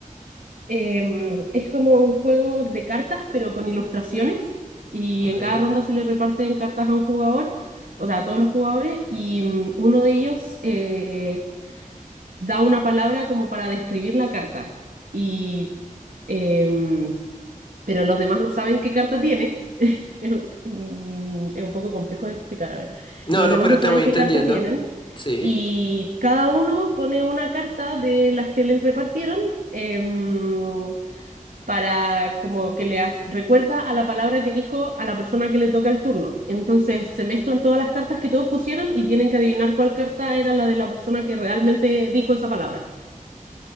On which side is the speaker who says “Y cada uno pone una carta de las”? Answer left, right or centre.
Right